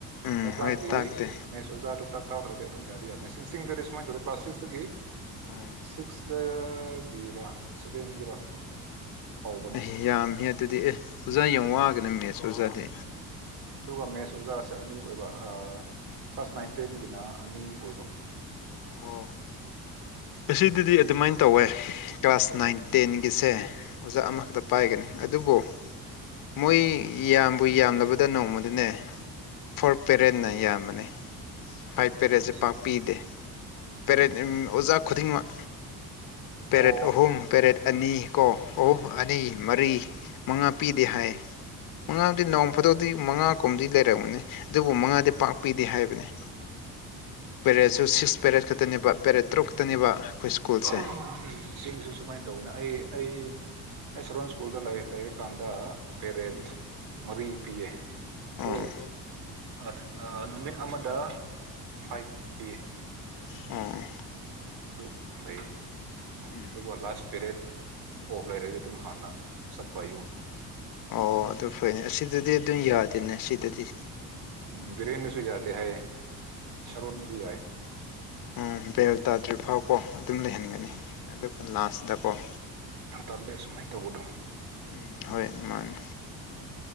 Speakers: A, on the left; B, on the right.
A: ꯎꯝ
B: ꯑꯦ ꯀ꯭ꯂꯥꯁꯒꯤ
A: ꯍꯣꯏ ꯇꯥꯛꯇꯦ
B: ꯃꯦꯠꯁ ꯑꯣꯖꯥꯗꯨ ꯇꯥꯛ ꯇꯥꯛꯇ꯭ꯔꯗꯤ ꯑꯗꯨꯝ ꯌꯥꯗꯤ ꯌꯥꯕꯅꯦ ꯁꯤꯡꯁꯤꯡꯗꯗꯤ ꯀ꯭ꯂꯥꯁ ꯁꯤꯛꯁꯇꯒꯤ
A: ꯎꯝ
B: ꯁꯤꯛꯁꯇꯒꯤꯔ ꯁꯚꯦꯟꯗꯒꯤꯔ ꯍꯧꯕꯅꯦ
A: ꯑꯦꯍꯦ ꯌꯥꯝꯍꯦ ꯑꯗꯨꯗꯤ ꯑꯦ ꯑꯣꯖꯥ ꯌꯥꯝ ꯋꯥꯒꯅꯦ ꯃꯦꯁ ꯑꯣꯖꯥꯗꯤ
B: ꯗꯨꯒ ꯃꯦꯠꯁ ꯑꯣꯖꯥꯁꯦ ꯑꯅꯤ ꯑꯣꯏꯕ ꯑ ꯀ꯭ꯂꯥꯁ
A: ꯎꯝ
B: ꯅꯥꯏꯟ ꯇꯦꯟꯒꯤꯅ ꯑꯅꯤ ꯑꯣꯏꯕ
A: ꯑꯣ ꯑꯁꯤꯗꯗꯤ ꯑꯗꯨꯃꯥꯏꯟ ꯇꯧꯋꯦ ꯀ꯭ꯂꯥꯁ
B: ꯄꯦꯄꯔ
A: ꯅꯥꯏꯟ
B: ꯋꯥꯟꯒ
A: ꯇꯦꯟ
B: ꯇꯨ
A: ꯒꯤꯁꯦ ꯑꯣꯖꯥ ꯑꯃꯈꯛꯇ ꯄꯥꯏꯒꯅꯤ ꯑꯗꯨꯕꯨ ꯃꯣꯏ ꯌꯥꯝꯕꯨ ꯌꯥꯝꯂꯕꯗ ꯅꯣꯡꯃꯗꯅꯦ ꯐꯣꯔ ꯄꯦꯔꯦꯟꯅ ꯌꯥꯝꯕꯅꯤ ꯐꯥꯏꯞ ꯄꯦꯔꯦꯠꯁꯦ
B: ꯃꯦꯠꯁ
A: ꯄꯥꯛ ꯄꯤꯗꯦ ꯄꯦꯔꯠ ꯏꯝ ꯑꯣꯖꯥ ꯈꯨꯗꯤꯡꯃꯛ ꯄꯦꯔꯠ
B: ꯑꯣ
A: ꯑꯍꯨꯝ ꯄꯦꯔꯠ ꯑꯅꯤ ꯀꯣ ꯑꯍꯨꯝ ꯑꯅꯤ
B: ꯎꯝ
A: ꯃꯔꯤ ꯃꯉꯥ ꯄꯤꯗꯦ ꯍꯥꯏ ꯃꯉꯥꯗꯤ ꯅꯣꯡ ꯐꯗꯣꯛꯗꯤ ꯃꯉꯥ ꯀꯨꯝꯗꯤ ꯂꯩꯔꯝꯒꯅꯤ ꯑꯗꯨꯕꯨ ꯃꯉꯥꯗꯤ
B: ꯎꯝ
A: ꯄꯥꯛ ꯄꯤꯗꯦ ꯍꯥꯏꯕꯅꯤ ꯄꯦꯔꯠꯁꯨ
B: ꯑꯣ ꯆꯤꯡ
A: ꯁꯤꯛꯁ ꯄꯦꯔꯠ ꯈꯛꯇꯅꯦꯕ ꯄꯦꯔꯠ ꯇꯔꯨ꯭ꯛ ꯈꯛꯇꯅꯦꯕ ꯁ꯭ꯀꯨꯜꯁꯦ
B: ꯑꯣ ꯎꯝ ꯆꯤꯡꯁꯨ ꯁꯨꯃꯥꯏ ꯇꯧꯕꯅ ꯑꯩ ꯑꯩ ꯑꯩ ꯁꯣꯔꯣꯟ ꯁ꯭ꯀꯨꯜꯗ ꯂꯩꯔꯀꯥꯟꯗ ꯄꯦꯔꯦꯠ
A: ꯎꯝ
B: ꯃꯔꯤ ꯄꯤꯌꯦ ꯑꯗꯣ
A: ꯑꯣ ꯑ
B: ꯑ ꯑ ꯅꯨꯃꯤꯠ ꯑꯃꯗ ꯐꯥꯏꯚ ꯄꯤꯌꯦ
A: ꯑ
B: ꯑꯗꯨ ꯐꯩꯌꯦ
A: ꯎꯝ
B: ꯑꯗꯨꯒ ꯂꯥꯁ ꯄꯦꯔꯠ ꯑꯣꯐ ꯂꯩꯔꯒ ꯑꯗꯨꯝ ꯍꯥꯟꯅ ꯆꯠꯄ ꯌꯨꯝ
A: ꯑꯣ ꯑꯗꯨ ꯐꯩꯅꯦ ꯑꯁꯤꯗꯗꯤ ꯑꯗꯨ ꯌꯥꯗꯦꯅꯦ ꯁꯤꯗꯗꯤ
B: ꯎꯝ ꯕꯤꯔꯦꯟꯅꯁꯨ ꯌꯥꯗꯦ ꯍꯥꯏꯌꯦ ꯁꯔꯣꯟꯗꯤ ꯌꯥꯏ ꯍꯥꯏ
A: ꯎꯝ ꯕꯦꯜ ꯇꯥꯗ꯭ꯔꯤ ꯐꯥꯎꯀꯣ ꯑꯗꯨꯝ ꯂꯩꯍꯟꯒꯅꯤ
B: ꯎꯝ
A: ꯑꯗꯨꯒ ꯂꯥꯁꯗꯀꯣ
B: ꯌꯥꯝ ꯇꯜꯂꯦ ꯁꯨꯃꯥꯏꯟ ꯇꯧꯕꯗꯨ
A: ꯎꯝ ꯍꯣꯏ ꯃꯥꯅꯤ